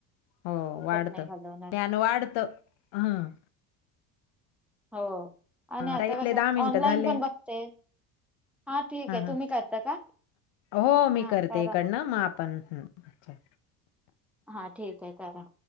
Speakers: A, on the left; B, in the centre.
A: हो
B: फुकट
A: वाढत,
B: नाही घालवणार
A: न्यान वाढत. हम्
B: हो आणि आता
A: ताई आपले
B: कसं
A: दहा मिनटं
B: ऑनलाईन
A: झाले
B: पण बघते. हा ठीक
A: हां
B: आहे
A: हां
B: तुम्ही करता का?
A: हो
B: हा
A: मी करते
B: करा
A: इकडनं
B: मग.
A: आपण हं, अच्छा
B: हा, ठीक आहे करा.